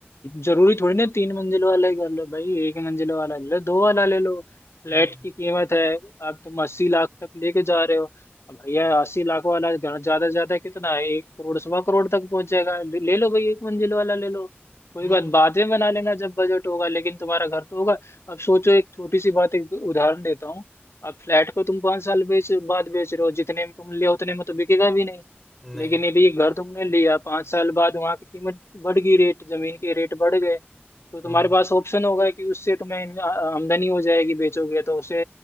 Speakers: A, on the left; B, in the centre.
A: जरूरी थोड़ी ना तीन मंजिल वाला ही घर लो भाई एक मंजिल वाला ले लो दो वाला ले लो फ्लैट
B: हम्म
A: की कीमत है अब तुम अस्सी लाख तक लेके जा रहे हो अब भैया अस्सी लाख वाला घर ज्यादा से ज्यादा कितना है एक करोड़ सवा करोड़ तक पहुंच जाएगा ले ले लो भाई एक मंजिल वाला ले लो कोई
B: हम्म
A: बात बाद में बना लेना जब बजट होगा लेकिन तुम्हारा घर तो होगा अब सोचो एक छोटी सी बात एक उदाहरण देता हूँ अब फ्लैट को तुम पांच साल बेच बाद बेच रहे हो जितने में तुम लिया उतने में तो बिकेगा भी नहीं
B: नहीं
A: लेकिन यदि ये घर तुमने लिया पांच साल बाद वहां की कीमत बढ़ गई रेट जमीन के रेट बढ़ गए तो तुम्हारे
B: हम्म
A: पास ऑप्शन होगा कि उससे तुम्हें इन- आमदनी हो जाएगी बेचोगे तो उसे